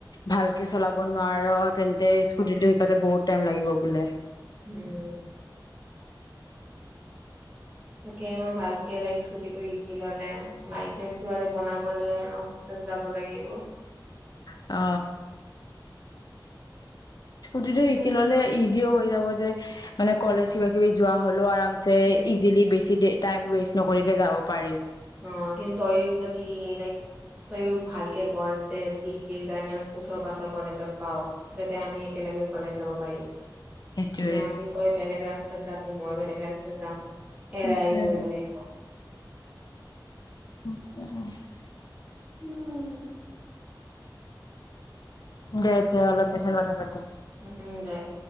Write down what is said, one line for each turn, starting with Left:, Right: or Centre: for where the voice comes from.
Left: ভালকে চলাব নোৱাৰ তেন্তে স্কুটিটো শিকাতে বহুত টাইম লাগিব বোলে
Right: উম তাকে মই ভালকে লাইক স্কুটিটো শিকি ললে লাইচেঞ্চো আৰু বনাবলৈ অফিচত যাব লাগিব
Left: অ স্কুটি টো শিকি
Right: উম,
Left: ল'লে ই <unintelligible> হৈ যাব যে মানে কলেজ কিবা কিবি যোৱা হ'লেও আৰাম
Right: উম,
Left: ইজিলি বেছি দে টাইম ৱেষ্ট নকৰিকে যাব পাৰি
Right: অ কিন্তু তইয়ো যদি লাইক তয়ো ভালকে পঢ় ডিগ্ৰীৰ কাৰণে ওচৰ পাজৰ কলেজত পাওঁ যাতে আমি একেলগে কলেজ যাব পাৰি
Left: সেইটোৱে।
Right: নলদীপ হয় বেলেগ ৰা অ যাবি মই বেলেগে ৰাস্তা যাম
Left: সেইটোৱে
Right: এৰা এৰি
Left: সেইটোৱে।
Right: কৰিব লাগিব
Left: অ
Right: উম
Left: দে দে অলপ পিছত কথা পাতিম
Right: উম, দে।